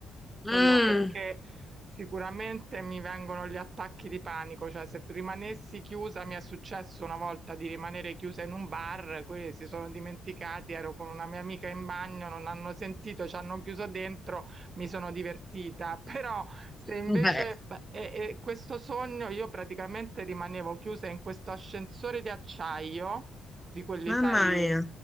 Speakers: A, on the right; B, in the centre.
A: Quello
B: Mm,
A: perché sicuramente mi vengono gli attacchi di panico, cioè se rimanessi chiusa, mi è successo una volta di rimanere chiusa in un bar, quelli si sono dimenticati, ero con una mia amica in bagno, non hanno sentito, ci hanno chiuso dentro, mi sono divertita, <laughs> però se invece
B: <laughs> Eh,
A: beh, e- e questo sogno io praticamente rimanevo chiusa in questo ascensore di acciaio, di quelli,
B: mamma
A: sai,
B: mia,